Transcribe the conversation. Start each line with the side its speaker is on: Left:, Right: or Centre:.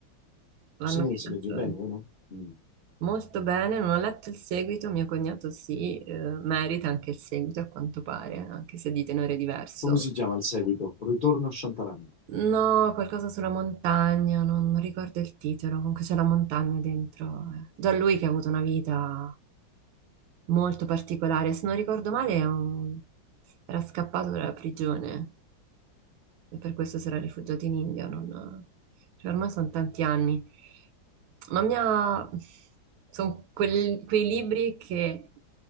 Right: Vanno
Left: Sì,
Right: via
Left: si legge
Right: da sole.
Left: bene, vero? Mm.
Right: Molto bene, non ho letto il seguito, mio cognato sì, eh, merita anche il seguito a quanto pare, anche se di tenore diverso.
Left: Come si chiama il seguito? Ritorno a Shantaram.
Right: No, qualcosa sulla montagna, non, non ricordo il titolo, comunque c'è la montagna dentro. eh. Già lui che ha avuto una vita molto particolare. Se non ricordo male, è un- era scappato dalla prigione e per questo si era rifugiato in India. non- cioè, ormai sono tanti anni. Ma mia... sono quel- quei libri che